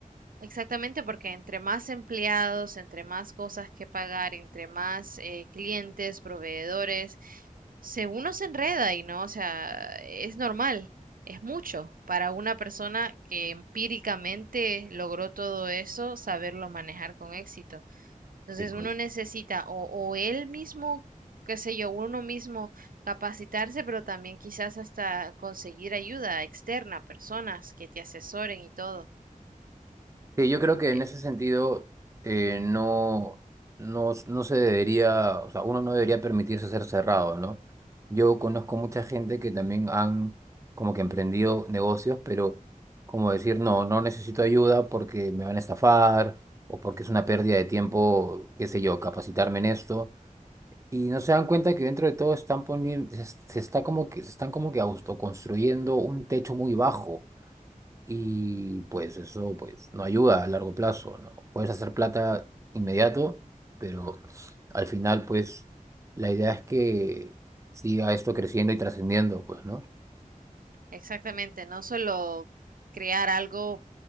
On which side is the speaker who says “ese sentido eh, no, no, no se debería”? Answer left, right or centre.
Right